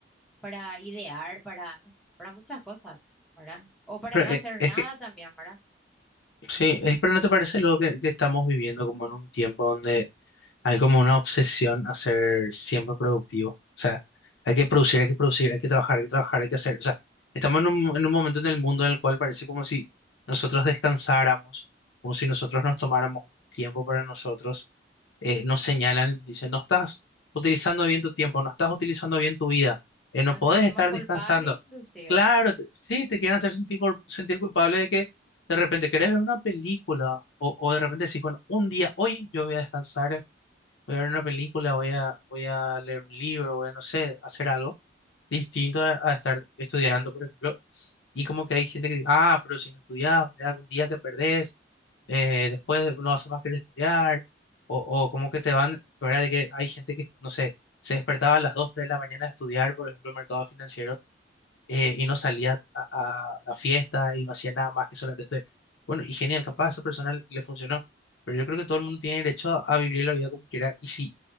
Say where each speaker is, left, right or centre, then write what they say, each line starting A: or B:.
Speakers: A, in the centre; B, on the left (about 90°).
A: para idear, para, no sé, para muchas cosas, ¿verdad? O para
B: Pero
A: no
B: eh,
A: hacer
B: es
A: nada
B: que
A: también, ¿verdad?
B: Sí, eh, pero ¿no te parece luego que, que estamos viviendo como en un tiempo donde hay como una obsesión a ser siempre productivo? O sea, hay que producir, hay que producir, hay que trabajar, hay que trabajar, hay que hacer. O sea, estamos en un, en un momento en el mundo en el cual parece como si nosotros descansáramos, como si nosotros nos tomáramos un tiempo para nosotros eh, nos señalan, y nos dicen, no estás utilizando bien tu tiempo, no estás utilizando bien tu vida, eh, no
A: Nos
B: podés
A: sentimos
B: estar
A: culpables
B: descansando.
A: inclusive.
B: Claro, te- sí, te quieren hacer sentir, cul- sentir culpable de que de repente querés ver una película o, o de repente decís, bueno, un día, hoy yo voy a descansar, voy a ver una película, voy a, voy a leer un libro, voy a, no sé, hacer algo distinto a, a estar estudiando, por ejemplo. Y como que hay gente que, ah, pero si no estudias, mira, un día que perdés eh, después no hace más que estudiar, o, o como que te van, ¿verdad? De que hay gente que, no sé, se despertaba a las 2 3 de la mañana a estudiar, por ejemplo, el mercado financiero, eh, y no salía a, a, a fiesta y no hacía nada más que solamente estudiar. Bueno, y genial, capaz esa persona le funcionó, pero yo creo que todo el mundo tiene derecho a, a vivir la vida como quiera, y si